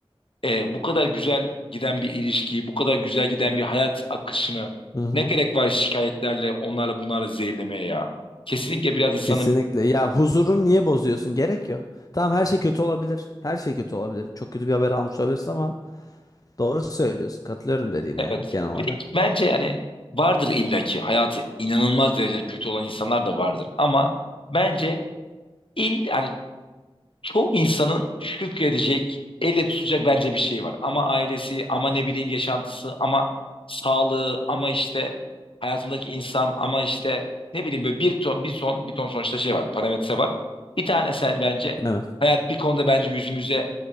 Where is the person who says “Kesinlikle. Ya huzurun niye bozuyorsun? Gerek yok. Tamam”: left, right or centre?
Left